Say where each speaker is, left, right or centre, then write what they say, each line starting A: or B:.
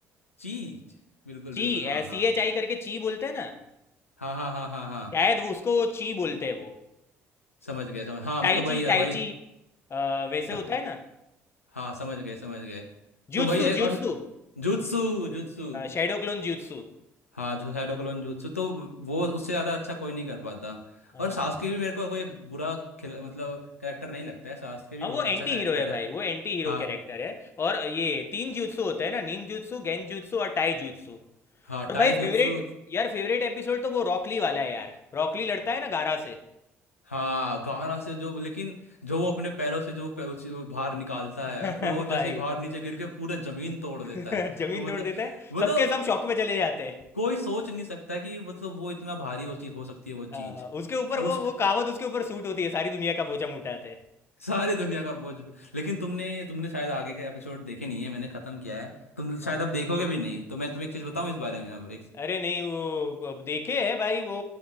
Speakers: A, on the left (about 85°); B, on the left (about 35°).
A: चीज बिल्कुल
B: ची
A: बिल्कुल हाँ हाँ
B: सी एच आई करके ची बोलते हैं ना
A: हाँ हाँ हाँ हाँ हाँ
B: शायद वो उसको ची बोलते हैं वो
A: समझ गए समझ हाँ
B: टाइची
A: मतलब वही है
B: टाइची
A: वही
B: अ, वैसे
A: स-
B: होता है ना
A: हाँ समझ गए समझ गए
B: Jutsu
A: तो वही है
B: jutsu
A: और जुत्सु जुत्सु
B: Shadow clone jutsu
A: हाँ जो साइडो क्लोन जुत्सु तो वो उससे ज़्यादा अच्छा कोई नहीं कर पाता
B: हाँ
A: और सास्के भी मेरे को कोई बुरा खिला मतलब करेक्टर नहीं लगता है सास्के भी
B: हाँ
A: बहुत
B: वो एंटी
A: अच्छा करेक्टर
B: हीरो है भाई
A: है
B: वो एंटी हीरो
A: हाँ
B: कैरेक्टर है और ये तीन jutsu होते हैं ना निन jutsu गेन jutsu और टाई jutsu
A: हाँ
B: और
A: टाई
B: भाई फेवरेट
A: जुत्सु
B: यार फेवरेट एपिसोड तो वो रॉकली वाला है यार रॉकली लड़ता है ना गारा से
A: हाँ गारा से जो लेकिन जो वो अपने पैरों से जो पै- उस- वो बाहर निकालता
B: <laughs>
A: है और फिर वो जैसे
B: भाई
A: ही बाहर नीचे गिर के पूरा जमीन तोड़ देता
B: <laughs>
A: है
B: जमीन
A: तो मतलब
B: तोड़ देता है
A: मतलब
B: सबके सब शौक में चले जाते हैं
A: कोई सोच नहीं सकता कि मतलब वो इतना भारी हो, चीज- हो सकती है वो
B: हाँ,
A: चीज
B: उसके ऊपर
A: और
B: वो
A: उस
B: वो
A: <laughs>
B: कहावत उसके ऊपर सूट होती है सारी दुनिया का बोझा उठाते हैं
A: सारी दुनिया का बोझ लेकिन तुमने तुमने शायद आगे के एपिसोड देखे नहीं है मैंने खत्म किया है तुम
B: हाँ,
A: शायद अब देखोगे भी नहीं तो मैं तुम्हें एक चीज बताऊं
B: हाँ।
A: इस बारे में अब एक
B: अरे नहीं वो अब देखे है भाई वो